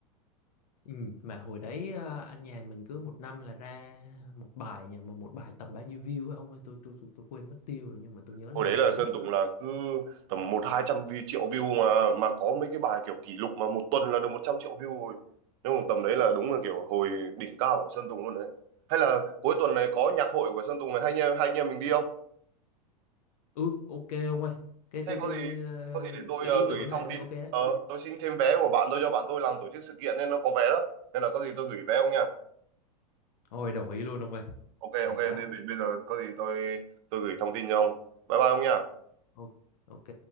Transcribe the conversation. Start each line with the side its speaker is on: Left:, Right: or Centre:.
Left: ừ, mà hồi đấy ờ, anh nhà mình cứ một năm là ra một bài nhà mà một bài tầm bao nhiêu view ấy ông ơi tôi tôi tôi, tôi quên mất tiêu rồi nhưng mà tôi nhớ
Right: hồi
Left: là nhiều
Right: đấy là
Left: lắm
Right: Sơn
Left: ấy
Right: Tùng là cứ tầm một hai trăm view, triệu view mà mà có mấy cái bài kiểu kỷ lục mà một tuần là được 100 triệu view rồi nhưng mà tầm đấy là đúng là kiểu hồi đỉnh cao của Sơn Tùng luôn đấy hay là cuối tuần này có nhạc hội của Sơn Tùng này hai anh em hai anh em mình đi không
Left: ừ ok ông ơi cái
Right: thế
Left: cái
Right: có
Left: cái
Right: gì
Left: ờ,
Right: có gì để tôi
Left: cái
Right: ờ,
Left: ý
Right: gửi
Left: tưởng
Right: thông
Left: này hay
Right: tin
Left: ok
Right: ờ, tôi xin thêm vé của bạn tôi cho bạn tôi làm tổ chức sự kiện nên nó có vé đó nên là có gì tôi gửi vé ông nha
Left: Ôi đồng ý luôn ông ơi.
Right: ok
Left: Hay
Right: ok
Left: quá.
Right: để bây bây giờ có gì tôi tôi gửi thông tin cho ông bye bye ông nha
Left: Ô- Ok